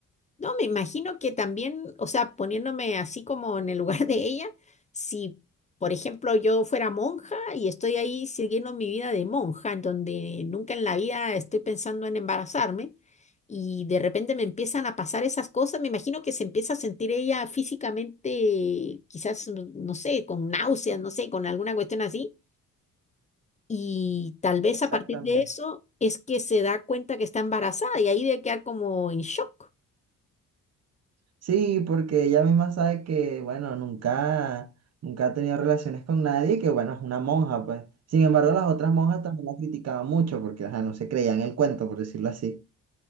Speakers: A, on the left; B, on the right.
A: No, me imagino que también, o sea, poniéndome así como en el lugar de ella, si, por ejemplo, yo fuera monja y estoy ahí siguiendo mi vida de monja, en donde nunca en la vida estoy pensando en embarazarme, y de repente me empiezan a pasar esas cosas, me imagino que se empieza a sentir ella físicamente, quizás, no no sé, con náuseas, no sé, con alguna cuestión así, y tal vez
B: Exactamente.
A: a partir de eso es que se da cuenta que está embarazada y ahí debe quedar como en shock.
B: Sí, porque ella misma sabe que, bueno, nunca, nunca ha tenido relaciones con nadie y que, bueno, es una monja, pues. Sin embargo, las otras monjas también la criticaban mucho porque, ajá, no se creían el cuento, por decirlo así.